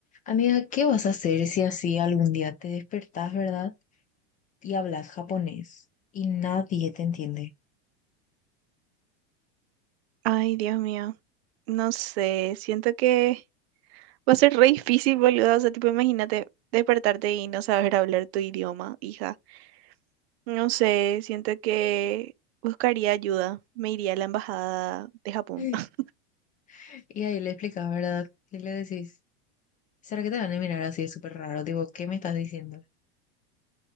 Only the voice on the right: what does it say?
Ay, Dios mío, no sé, siento que va a ser re difícil, boludo. O sea, tipo, imagínate despertarte y no saber hablar tu idioma, hija. No sé, siento que buscaría ayuda, me iría a la embajada de Japón.
<laughs>